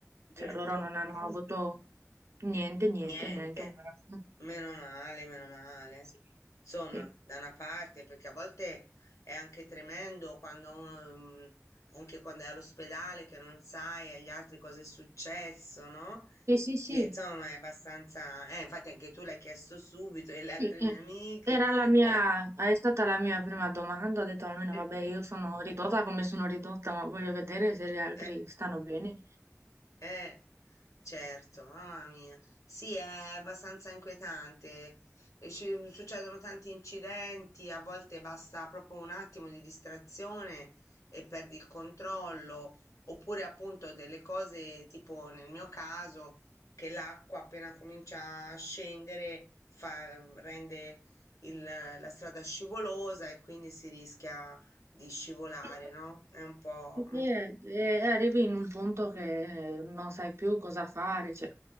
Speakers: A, on the left; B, on the right.
A: Dietro.
B: cioè loro non hanno
A: Mm,
B: avuto niente, niente,
A: niente.
B: neanche un grafo.
A: Meno male, meno male.
B: Sì,
A: Insomma,
B: sì,
A: da una parte, perché a volte è anche tremendo quando uno, mm, anche quando è all'ospedale, che non sai agli altri cosa è successo, no?
B: sì, sì. sì.
A: Sì, insomma, è abbastanza... Eh, infatti anche tu l'hai chiesto subito e le
B: Sì,
A: altre
B: eh,
A: mie amiche...
B: Era la mia,
A: Eh.
B: è stata la mia prima domanda, ho detto almeno
A: <laughs>
B: vabbè io sono ridotta come sono ridotta, ma voglio vedere se gli altri
A: Eh.
B: stanno bene.
A: Eh, certo, mamma mia. Sì, è abbastanza inquietante. E ci succedono tanti incidenti, a volte basta proprio un attimo di distrazione e perdi il controllo, oppure appunto delle cose tipo nel mio caso che l'acqua appena comincia a scendere fa- rende il- la strada scivolosa e quindi si rischia di scivolare,
B: Sì,
A: no? È un po'...
B: sì, sì,
A: mm,
B: eh, eh, arrivi in un punto che eh, non sai più cosa fare, cioè.